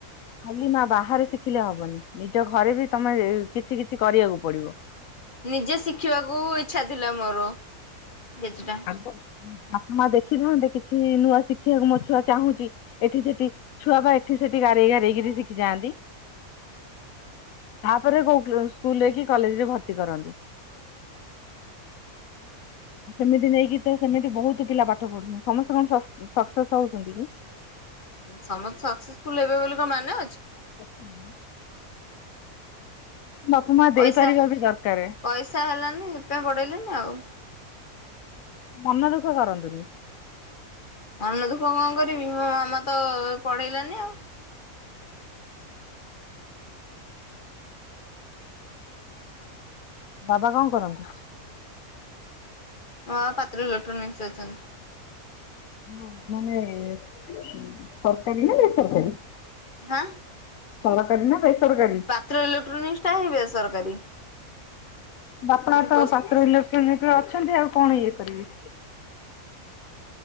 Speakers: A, on the left (about 70°); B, on the left (about 35°).
A: ଖାଲି ମା ବାହାରେ ଶିଖିଲେ ହବନି ନିଜ ଘରେ ବି ତମେ କିଛି କିଛି କରିବାକୁ ପଡିବ।
B: ନିଜେ ଶିଖିବାକୁ ଇଚ୍ଛା ଥିଲା ମୋର କିଚିଟା।
A: ଆଗ ବାପ ମା ଦେଖିଥାନ୍ତେ କିଛି ନୂଆ ଶିଖିବାକୁ ମୋ ଛୁଆ ଚାହୁଁଛି ଏଠି ସେଠି। ଛୁଆ ପା ଏଠି ସେଠି ଗରେଇ ଗାରେଇକିରି ଶିଖି ଯାଆନ୍ତି। ତାପରେ କୋଉ କ ସ୍କୁଲରେ କି କଲେଜ ରେ ଭର୍ତ୍ତି କରନ୍ତି। ସେମିତି ନେଇକି ତ ସେମିତି ବହୁତ ପିଲା ପାଠ ପଢୁଛନ୍ତି ସମସ୍ତେ କଣ ସକ୍ସ ସକ୍ସେସ ହଉଛନ୍ତି କି?
B: ସମସ୍ତେ ସକ୍ସେସଫୁଲ ହେବେ ବୋଲି କଣ ମାନେ ଅଛି।
A: <inaudible> ବାପ ମା ଦେଇପାରିବା
B: ପଇସା
A: ବି ଦରକାରେ।
B: ପଇସା ହେଲାନି ସେଥିପାଇଁ ପଢେଇଲେନି ଆଉ।
A: ମନ ଦୁଃଖ କରନ୍ତୁନି।
B: ମନ ଦୁଃଖ କଣ କରିବି ମୋ ମାମା ତ ପଢେଇଲାନି ଆଉ।
A: ବାବା କଣ କରନ୍ତି?
B: ମୋ ବାବା ପାତ୍ର ଇଲୋକ୍ଟ୍ରୋନିକ୍ସ ଅଛନ୍ତି।
A: ହ ମାନେ ସରକାରୀ ନା ବେସରକାରୀ?
B: ହା
A: ସରକାରୀ ନା ବେସରକାରୀ?
B: ପାତ୍ରଇଲୋକ୍ଟ୍ରୋନିକ୍ସଟା ହିଁ ବେସରକାରୀ।
A: ବାପା ତ
B: ହଁ
A: ପାତ୍ର ଇଲୋକ୍ଟ୍ରୋନିକ୍ସ ରେ ଅଛନ୍ତି ଆଉ କଣ ଇଏ କରିବେ।